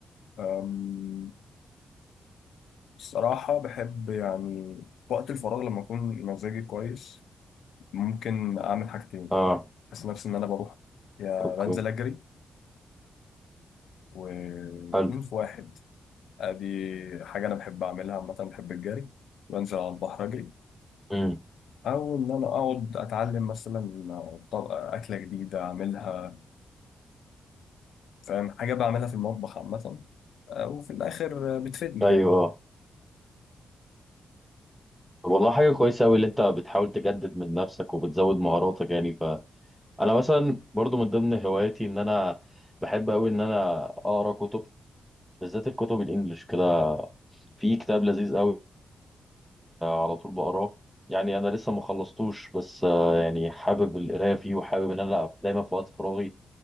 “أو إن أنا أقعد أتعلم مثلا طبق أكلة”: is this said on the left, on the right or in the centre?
Left